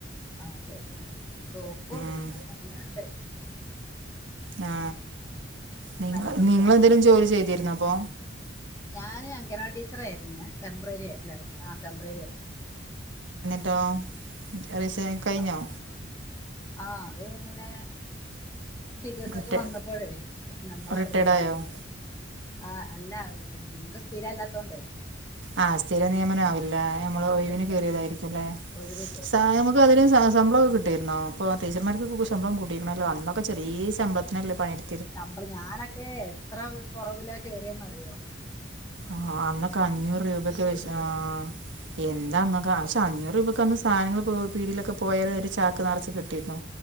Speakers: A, on the left (about 20°); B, on the right (about 75°).
A: ആ സോപ്പിന്റെ സോപ്പും
B: ഉം
A: എല്ലാം ഉണ്ട്
B: ആ നിങ്ങ
A: നിലം തുടയ്ക്കാനുള്ള
B: നിങ്ങെളെന്തെങ്കിലും ജോലി ചെയ്തിരുന്നൊ അപ്പൊ
A: ഞാന് അങ്കനവാടി ടീച്ചറായിരുന്നു ടെമ്പററി അല്ലെ ആ ടെമ്പററി ആയിട്ടു
B: ട്ടോ റിസൈനിങ് കഴിഞ്ഞോ
A: പിന്നെ ആ അത് ഇങ്ങനെ ടീച്ചേഴ്സൊക്കെ
B: റിട്ടേ
A: വന്നപ്പോഴേ നമ്മളെ
B: റിട്ടേർഡായോ
A: ഒഴിവാക്കി ആ അല്ല നമുക്ക് സ്ഥിരം അല്ലാത്തോണ്ടേ
B: ആ സ്ഥിര നിയമനാവില്ലേ ഞമ്മള് ഒഴിവിന്
A: ഇല്ല
B: കേറിയതായിരിക്കുംല്ലേ
A: ഇല്ല ഉം ഒഴിവ് കേറി
B: സാ നമുക്ക് അതിന് ശമ്പളൊക്കെ കിട്ടിയിരുന്നൊ ഇപ്പൊ ടീച്ചർമാർക്കൊക്കെ ശമ്പളം കൂട്ടിയിക്കിണല്ലോ അന്ന ചെറിയെ ശമ്പളത്തിനല്ലേ പണിയെടു
A: ശമ്പള ഞാനൊക്കെ എത്ര കൊറവില കേറിയെന്ന് അറിയോ
B: ആ അന്നൊക്കെ അഞ്ഞൂറ് രൂപക്ക് ആ
A: കേറി
B: എന്താന്നൊക്കെ പക്ഷെ അഞ്ഞൂറ് രൂപ ന്ന് സാധനങ്ങൾ പ്പൊ പീടിയിലൊക്കെ പോയ ഒരു ചാക്ക് നിറച്ചു കിട്ടിയിരുന്നു